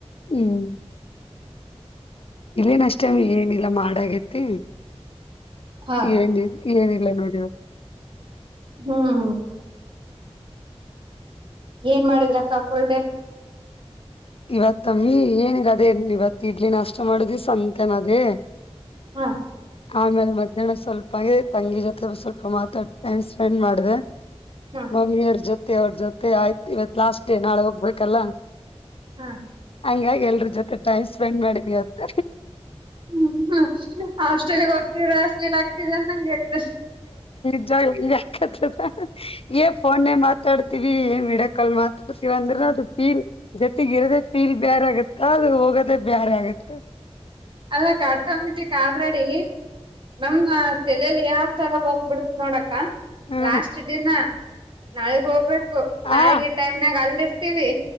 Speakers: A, on the left; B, on the right.
A: ಹ್ಮ್ ಇಲ್ಲೇನ್ ಅಷ್ಟ ಏನಿಲ್ಲಾ ಮಾಡಾಗತಿ
B: ಹಾ
A: ಏನ್ ಏನಲ್ಲ ನೋಡಿವ
B: ಹ್ಮ್ ಏನ್ ಮಾಡಿದ್ರಕ್ಕ ಫುಲ್ ಡೇ
A: ಇವತ್ತವಿ ಏನಗ ಅದೇವತ್ ಇಡ್ಲಿ ನಷ್ಟ ಮಾಡುದಿ ಸಂತೆನ ಅದೇ
B: ಹ
A: ಆಮೇಲೆ ಮಧ್ಯಾಹ್ನ ಸ್ವಲ್ಪ ಅಂಗೆ ತಂಗಿ ಜೊತೆ ಸ್ವಲ್ಪ ಮಾತಾ ಟೈಮ್ ಸ್ಪೆಂಡ್ ಮಾಡಿದೆ
B: ಹ
A: ಮಮ್ಮಿಯರ ಜೊತೆ ತೆ ಅವ್ರ ಜೊತೆ ಆಯ್ತು ಇವತ್ ಲಾಸ್ಟ್ ಡೇ ನಾಳೆ ಹೋಗ್ಬೇಕಲ್ಲ
B: ಹ
A: ಹಂಗಾಗಿ ಎಲ್ರ ಜೊತೆ ಟೈಮ್ ಸ್ಪೆಂಡ್ ಮಾಡಿದವಿವತ್ತ
B: ಹ್ಮ್ ಹ ಹಾಸ್ಟೆಲ್ಗೆ ಓದ್ತರ ಸೀಲ್ ಆಗ್ತಿದೆ ಅಂದಂಗಗೆ ಎತ್ತ
A: <unintelligible> ಫೋನ್ ಮಾತಾಡ್ ವಿ ಏನ್ ಮಿಡಕಲ್ ಮಾತಾಡ್ತೀವಿ ಅಂದ್ರ ಅದುೀ ಜೊತೆಗ ಇರದೆ ಫೀಲ್ ಬೇರ್ ಆಗುತ್ತ ಅದು ಹೋಗೋದ ಬೇರ ಆಗತ್ತ
B: ಅಲ್ಲ ಕಟ್ತೋಗ್ಬಿಟ್ಟಿಕ್ಕೆ ಆಲ್ರೆಡಿ ನಮ್ಮ ತಲಲಿ ಯಾವ್ ತರ ಬಂದ್ಬಿಡ್ತ್ ನೋಡಕ್ಕ
A: ಹ್ಮ್
B: ಲಾಸ್ಟ್ ಡಿನಾ ನಾಳಗ್ ಹೋಗ್ಬೇಕ ನಾಳೆ
A: ಹಾ
B: ಟೈಮ್ನಾಗ ಅಲ್ಲಿ ಇರ್ತೀವಿ